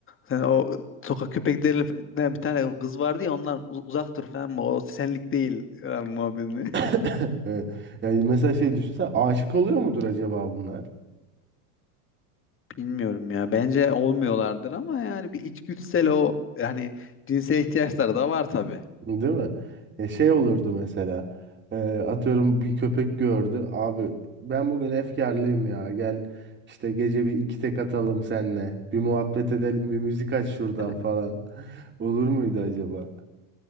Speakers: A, on the left (about 25°); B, on the right (about 25°).
A: sen o sokak köpeklerinden bir tane kız vardı ya ondan uz- uzak dur falan o senlik değil falan muhabbetini.
B: <laughs> Evet. Yani mesela şey düşünsen aşık oluyor mudur acaba bunlar?
A: Bilmiyorum ya. Bence olmuyorlardır ama yani bir içgüdüsel o hani cinsel ihtiyaçları da var tabii.
B: Değil mi? Ya şey olurdu mesela. e, atıyorum bir köpek gördü. Abi ben bugün efkarlıyım ya. Gel işte gece bir iki tek atalım senle. Bir muhabbet edelim, bir müzik aç şuradan
A: <laughs>
B: falan. <laughs> Olur muydu acaba?